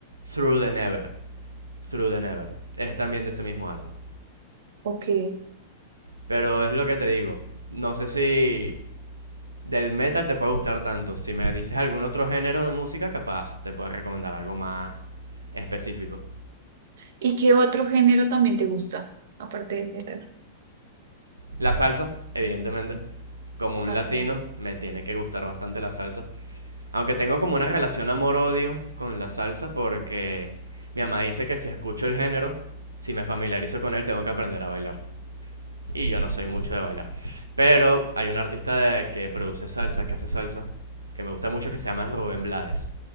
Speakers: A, on the right (about 85°); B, on the right (about 65°).
A: Through the Never. Through the Never. Es también de ese mismo álbum.
B: Ok.
A: Pero es lo que te digo. No sé si del metal te puede gustar tanto. Si me dices algún otro género de música, capaz te puedo recomendar algo más específico.
B: ¿Y qué otro género también te gusta? Aparte del metal.
A: La salsa, evidentemente. Como un
B: Ah,
A: latino, me tiene que gustar bastante la salsa. Aunque tengo como una relación amor-odio con la salsa porque mi mamá dice que si escucho el género, si me familiarizo con él, tengo que aprender a bailar. Y yo no soy mucho de bailar. Pero hay un artista de- que produce salsa, que hace salsa, que me gusta mucho, que se llama Rubén Blades.